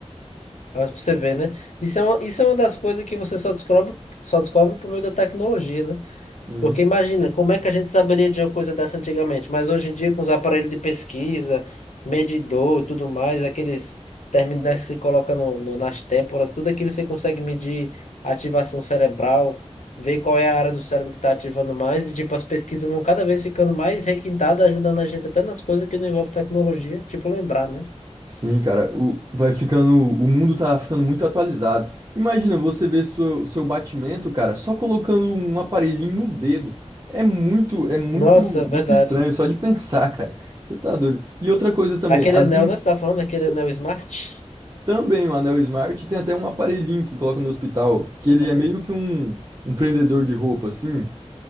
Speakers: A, on the left; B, on the right.
A: Ó, Pra você ver, né? Isso é uma, isso é uma das coisas que você só descobre, só descobre por meio da tecnologia, né?
B: Uhum.
A: Porque imagina, como é que a gente saberia de uma coisa dessa antigamente? Mas hoje em dia, com os aparelhos de pesquisa, medidor e tudo mais, aqueles terminais que se coloca no, no- nas têmporas, tudo aquilo você consegue medir a ativação cerebral, ver qual é a área do cérebro que está ativando mais, e tipo, as pesquisas vão cada vez ficando mais requintadas, ajudando a gente até nas coisas que não envolvem tecnologia, tipo lembrar, né?
B: Sim, cara, o, vai ficando, o mundo tá ficando muito atualizado. Imagina você ver seu, seu batimento, cara, só colocando um aparelhinho no dedo. É muito, é muito,
A: Nossa,
B: muito
A: verdade.
B: estranho só de <laughs> pensar, cara. Você tá doido. E outra coisa também,
A: Aquele
B: as
A: anel,
B: in-
A: né? Você tá falando aquele anel Smart?
B: também o Anel Smart tem até um aparelhinho que coloca no hospital, que
A: Tá
B: ele
A: contando.
B: é meio que um, um prendedor de roupa, assim.